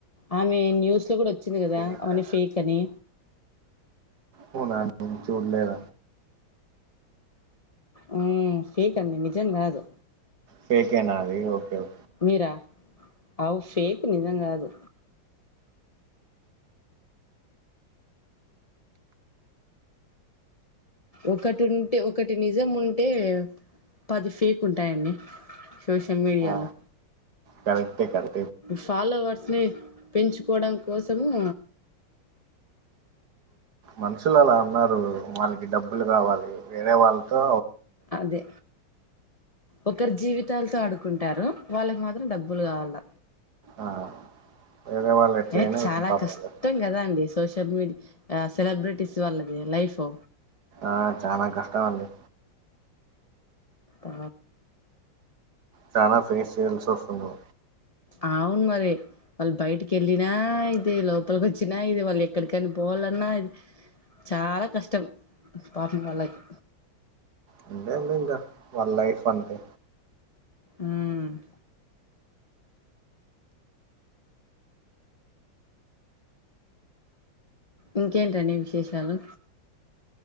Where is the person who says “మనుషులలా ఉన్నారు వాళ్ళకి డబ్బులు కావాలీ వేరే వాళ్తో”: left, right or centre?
Right